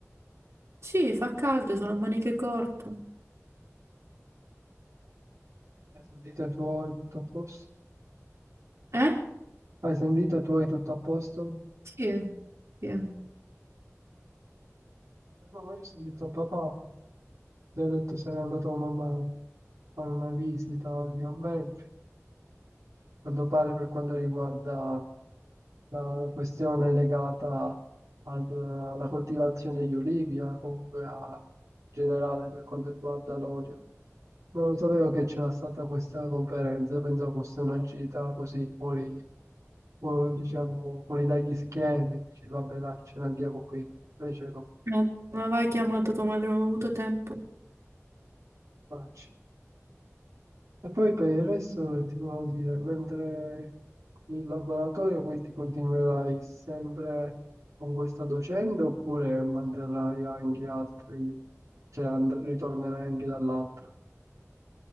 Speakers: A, on the right; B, on the right.
A: Sì, fa caldo, sono a maniche corte.
B: Hai sentito i tuoi tutto a posto?
A: Eh?
B: Hai sentito i tuoi tutto a posto?
A: Sì, sì.
B: No, io ho sentito papà. Ti ho detto sarei andato con mamma a fare una visita di commenti, a quanto pare per quanto riguarda la questione legata al- alla coltivazione degli olivi, a- comunque a, in generale per quanto riguarda l'olio. Non sapevo che c'era stata questa conferenza, pensavo fosse una gita così fuori, fuori, diciamo, fuori dagli schemi, dici vabbè dai, ce ne andiamo qui, invece no,
A: Ma ma aveva chiamato tua madre, non ho avuto tempo. No,
B: vacci. E poi per il resto ti volevo dire, mentre in laboratorio quindi continuerai sempre con questa docente oppure manterrai anche altri, cioè and- ritornerai anche dall'altra?